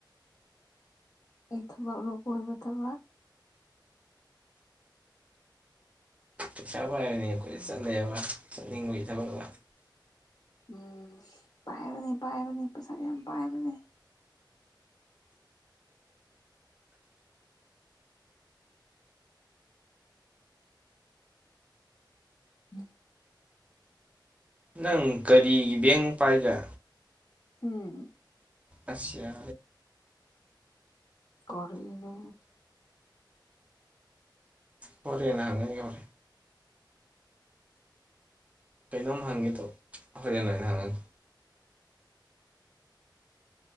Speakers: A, on the left; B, on the right.
A: ꯑꯩ ꯊꯕꯛ ꯂꯨ ꯀꯣꯏꯕ ꯊꯕꯛ
B: ꯄꯩꯁꯥ ꯄꯥꯏꯔꯅꯤ ꯑꯩꯈꯣꯏꯗ ꯆꯠꯅꯩꯌꯦꯕ ꯆꯠꯅꯤꯡꯕꯒꯤ ꯊꯕꯛ
A: ꯎꯝ ꯄꯥꯏꯕꯅꯤ ꯄꯥꯏꯕꯅꯤ ꯄꯩꯁꯥ ꯌꯥꯝ ꯄꯥꯏꯕꯅꯤ ꯎꯝ
B: ꯅꯪ ꯀꯔꯤꯒꯤ ꯕꯦꯡ ꯄꯥꯏꯒ
A: ꯎꯝ
B: ꯑꯁ ꯌꯥ
A: ꯀꯔꯤꯅꯣ
B: ꯍ‌ꯣꯔ‌ꯦꯟ <unintelligible> ꯀꯩꯅꯣꯝ ꯍꯪꯒꯦ ꯇꯧ ꯍꯣꯔꯦꯟ ꯑꯣꯏꯅ ꯍꯪꯉꯒꯦ